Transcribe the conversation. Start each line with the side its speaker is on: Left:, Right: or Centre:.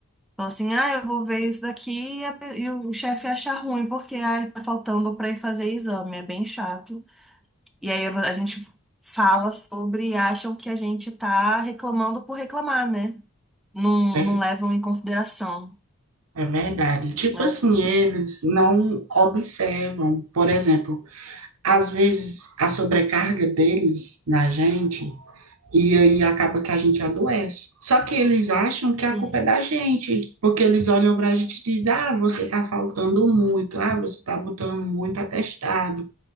Centre: Falam assim, ah, eu vou ver isso daqui e, a pe- e o chefe acha ruim, porque ah, tá faltando pra ir fazer exame, é bem chato. E aí a gente fala sobre e acham que a gente tá reclamando por reclamar, né? Não,
Right: É,
Centre: não levam em consideração.
Right: é verdade. Tipo
Centre: Eu,
Right: assim, eles não observam, por exemplo, às vezes a sobrecarga deles na gente E aí acaba que a gente adoece. Só que eles acham que a
Centre: hum,
Right: culpa é da gente, porque eles olham para a gente e dizem: ah, você está faltando muito, ah, você está botando muito atestado.